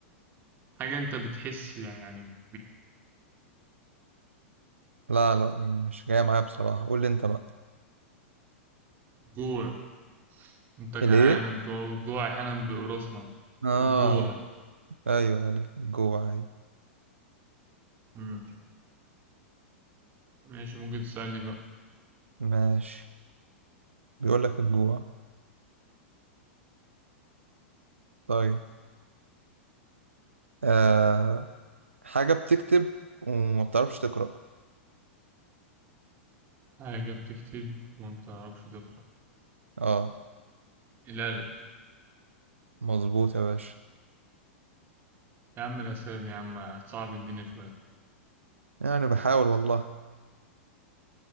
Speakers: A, on the right; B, on the right.
A: حاجة انت بتحس يعني
B: لا لا مش جاية معايا بصراحة قول لي انت بقى
A: بجوع انت جعان
B: ليه
A: الجوع الجوع احيانا بيقرصنا
B: اه
A: الجوع
B: ايوه ايوه الجوع ايوه
A: مم. ماشي ممكن تسألني بقى
B: ماشي بيقول لك الجوع طيب آه حاجة بتكتب وما بتعرفش تقرأ
A: حاجة بتكتب وما بتعرفش تقرأ
B: اه
A: لا لا
B: مظبوط يا باشا
A: يا عم الأسئلة دي يا عم صعب الدنيا شوية
B: يعني بحاول والله